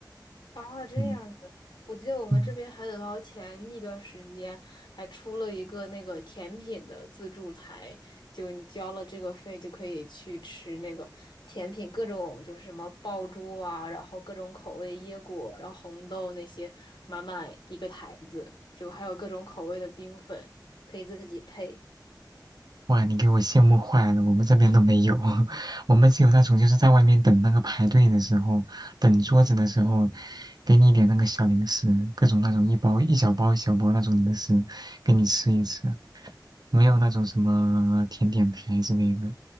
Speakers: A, on the left (about 75°); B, on the right (about 60°).
A: 哦，这样子，
B: 嗯。
A: 我记得我们这边海底捞前一段时间还出了一个那个甜品的自助台，
B: 嗯
A: 就你交了这个费就可以去吃那个甜品，各种就是什么爆珠啊，然后各种口味椰果，然后红豆那些，满满一个台子，就还有各种口味的冰粉，可以自己配。
B: 哇，你给我羡慕坏了，我们这边都没有，<laughs> 我们只有那种就是在外面等那个排队的时候，等桌子的时候，给你一点那个小零食，各种那种一包一小包一小包那种零食，给你吃一吃，没有那种什么甜点台之类的。